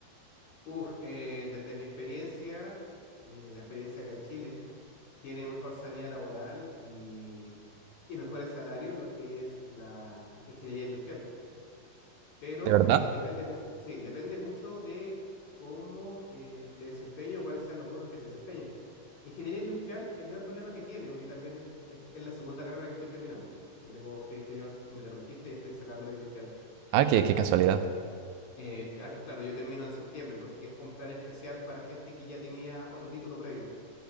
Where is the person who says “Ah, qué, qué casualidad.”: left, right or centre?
Right